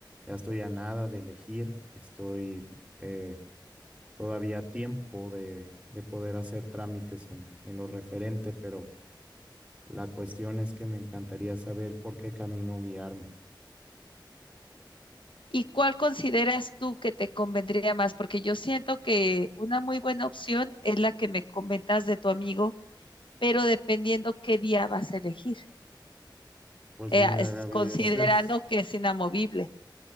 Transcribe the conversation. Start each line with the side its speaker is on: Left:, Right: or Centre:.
Right: ya estoy a nada de elegir, estoy eh, todavía a tiempo de, de poder hacer trámites en, en lo referente, pero la cuestión es que me encantaría saber por qué camino guiarme.
Left: ¿Y cuál consideras tú que te convendría más? Porque yo siento que una muy buena opción es la que me comentas de tu amigo, pero dependiendo qué día vas a elegir.
Right: Pues
Left: eh,
Right: mira,
Left: es-
Right: Gaby,
Left: considerando
Right: ese es
Left: que es inamovible.